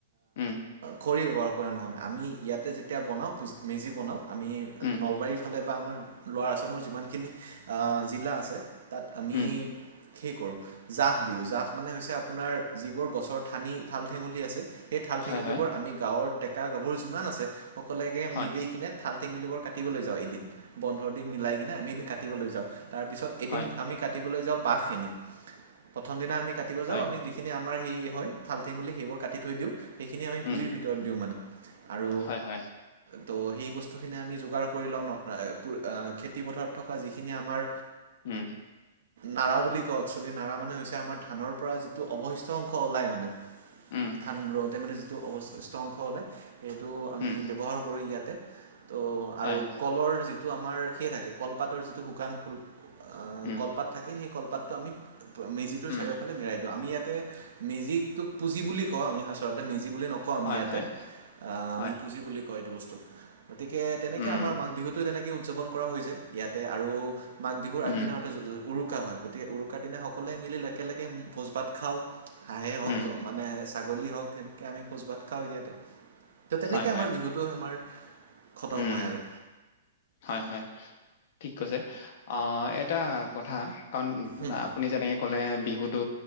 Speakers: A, on the left; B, on the right.
A: উম।
B: খৰি ব্যৱহাৰ কৰা নহয় আমি ইয়াতে যেতিয়া বনাওঁ মেজি বনাওঁ আমি
A: উম,
B: নলবাৰীৰ ফালে বা আমাৰ ল'ৰা আচামৰ যিমানখিনি অ, জিলা আছে। তাত আমি
A: উম,
B: কি কৰোঁ। জাহ দিউ জাহ। মানে হৈছে আপোনাৰ যিবোৰ গছৰ ঠানি ঠাল ঠেঙুলি আছে। সেই ঠাল ঠঙুলিবোৰ
A: হয়, হয়,
B: আমি গাঁৱৰ। ডেকা গাভৰু যিমান আছে। সকলে
A: হয়,
B: মিলি কিনে থাল টেঙুলিবোৰ কাটিবলৈ যাওঁ এদিন বন্ধৰ দিন মিলাই কিনে আমি এ কাটিবলৈ যাওঁ। তাৰপিছত এদিন
A: হয়,
B: আমি কাটিবলৈ যাওঁ <unintelligible> প্ৰথম দিনা আমি দিব
A: হয়,
B: যাওঁ যিখিনি আম আমাৰ সেই হয় ঠাল ঠেঙুলি সেইবোৰ কাটি থৈ দিওঁ সেইখিনি আমি
A: উম,
B: পুঁজিৰ ভিতৰত দিওঁ মানে। আৰু।
A: হয়, হয়,
B: তো সেই বস্তুখিনি আমি যোগাৰ কৰি লওঁ। অ খেতিপথাৰত থকা যিখিনি আমাৰ।
A: উম।
B: নাৰা বুলি কওঁ এক্চোৱেলি। নাৰা মানে হৈছে আমাৰ ধানৰ। পৰা যিটো অৱশিষ্ট অংশ ওলাই মানে
A: উম,
B: ধান ৰওঁতে মানে। অৱশিষ্ট অংশ হ'লে সেইটো আমি
A: উম,
B: ব্যৱহাৰ কৰোঁ ইয়াতে। ত'
A: হয়,
B: আৰু কলৰ যি। টো আমাৰ সে থাকে কলপাতৰ যিটো শুকান <unintelligible> অ
A: উম,
B: কলপাত থাকে, সেই কলপাত। তাত আমি। মেজিটোৰ
A: উম,
B: চাৰিও। আমি ইয়াতে মেজিটোক পুজি বুলি কওঁ আমি <unintelligible> বুলি নকওঁ আমি
A: হয়,
B: ইয়াতে
A: হয়,
B: আমি
A: হয়,
B: পুজি বুলি ক এইটো বস্তু <unintelligible> গতিকে তেনেকে
A: উম,
B: আমাৰ মাঘ বিহুতো তেনেকে উদযাপন কৰা হৈ যায়। ইয়াতে আৰু। মাঘ বিহুৰ
A: উম,
B: আগদিনা <unintelligible> উৰুকা হয় উৰুকাৰ দিনা সকলোৱে মিলি একেলগে ভোজ ভাত খাওঁ। হাঁহেই হক
A: উম,
B: মানে ছাগলী হওক তেনেকে আমি ভোজ ভাত খাওঁ ইয়াতে ত তেনেকে
A: হয়, হয়,
B: আমাৰ বিহুটো আমাৰ খতম
A: উম,
B: হয় আৰু।
A: হয় হয়। ঠিক কৈছে, অ' এটা কথা, কাৰণ
B: উম,
A: আপুনি যেনেকে ক'লে হুটো